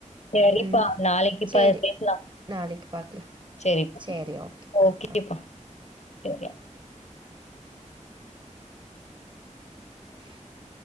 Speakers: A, on the left (about 60°); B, on the right (about 35°).
A: செரிப்பா
B: ம்
A: நாளைக்குப்
B: சேரி
A: பா பேசலாம்
B: நாளைக்கு பாக்கலாம்
A: சேரிப்பா
B: சேரி ஓகே
A: ஓகேப்பா
B: அ அ
A: <unintelligible>
B: <unintelligible>